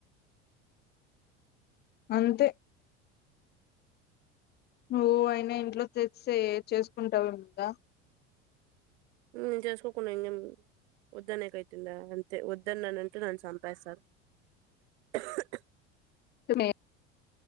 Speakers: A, on the left; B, on the right.
A: అంతే నువ్వు అయినా ఇంట్లో తెచ్చే చేసుకుంటారు అంతా.
B: ఉ చేసుకోకుండా ఇంకేం చేయమ వద్దనేకి అయితుందా అంతే వద్దన్నాను అంటే నన్ను చంపేస్తారు. <unintelligible>
A: నిజమే